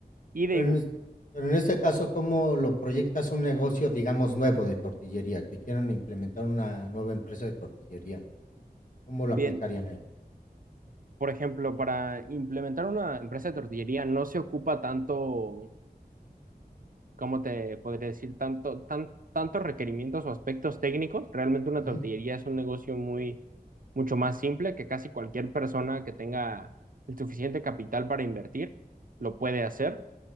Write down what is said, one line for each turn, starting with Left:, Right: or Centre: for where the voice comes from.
Right: Y de,
Left: Pero en
Right: igu-
Left: es pero en este caso, ¿cómo lo proyectas un negocio, digamos, nuevo de tortillería? Que quieran implementar una nueva empresa de tortillería, ¿cómo lo aplicarían
Right: bien,
Left: ahí?
Right: por ejemplo, para implementar una empresa de tortillería no se ocupa tanto, ¿cómo te podría decir? Tanto, tan, tantos requerimientos o aspectos técnicos. Realmente una
Left: Ujú,
Right: tortillería es un negocio muy, mucho más simple que casi cualquier persona que tenga el suficiente capital para invertir lo puede hacer.